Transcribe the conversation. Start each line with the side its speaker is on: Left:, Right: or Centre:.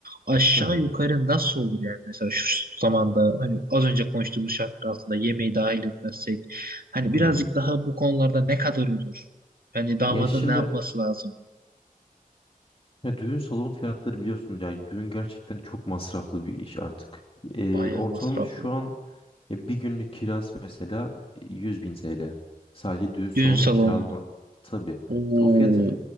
Right: aşağı
Left: Hı hı.
Right: yukarı nasıl olur yani mesela şu zamanda hani az önce konuştuğumuz şartlar altında yemeği dahil etmezsek hani birazcık
Left: Hmm.
Right: daha bu konularda ne kadar olur? Yani damadın
Left: Ya şimdi
Right: ne yapması lazım?
Left: Ya düğün salon fiyatları biliyorsunuz ya düğün gerçekten çok masraflı bir iş artık. Ee,
Right: Bayağı
Left: ortalama
Right: masraflı.
Left: şu an e, bir günlük kirası mesela 100 bin TL. Sadece düğün salonu
Right: Düğün salonunun.
Left: kiralama. Tabii.
Right: Oo.
Left: E, O fiyatın